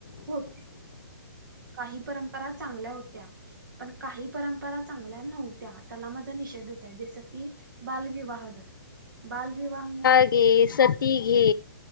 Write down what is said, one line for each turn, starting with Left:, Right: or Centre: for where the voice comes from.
Right: हो काही परंपरा चांगल्या. त्या काही परंपरा चांगल्या नव्हत्या त्याला माझा निषेधच बाल विवाह बालविवाह
Left: घे सती घे